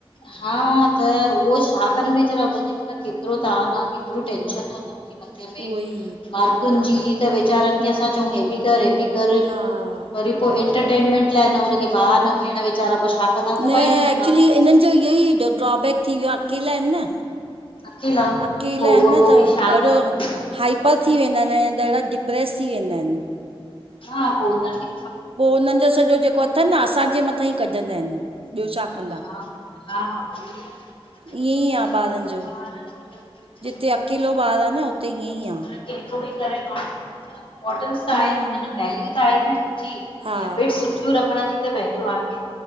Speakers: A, on the left (about 65°); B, on the right (about 70°).
A: हा त उहो छा करन वीचारा उनन जे मथां केतिरो तान आहे केतिरो टेंशन आहे हुन
B: उहो
A: --
B: ई
A: मार्कुनी ॼी त वेचारनि खे असां चऊं हे ॿि कर हे ॿि
B: हा
A: वरी पो एंटरटेनमेंट लाय न हुनखे भा न भेण वीचारा पो छा कंदा
B: न
A: मोबाइल खणंदा
B: एक्चुली इनन जो इहो ई ड्रॉबेक थी वियो आ अकेला आयन न।
A: अकेला
B: अकेला
A: पो उहो
B: आयन न
A: उहो
B: त
A: बि छा
B: ॾाढो
A: करनि वेचारा।
B: हाइपर थी वेंदा आयन ऐं ॾाढा डिप्रेस थी वेंदा आयन।
A: हा पो उननि
B: पो उनन ॼॼो सॼो जेको अथन न असांजे मथां ई कढंदा आयन ॿियो छा कंदा।
A: हा हा हा त पो
B: ईअं
A: असां
B: आ
A: चऊं
B: ॿारन
A: असांजे
B: ॼो
A: ॿार
B: जिते अकेलो ॿारु आ न हुते ईअं ई आ।
A: पर केतिरो ॿि करे बारि इम्पोर्टेंस त
B: हम्म
A: आहे न। ॼी
B: हा
A: हेबिट सुठियूं रखण ॼी त वैल्यू आहे।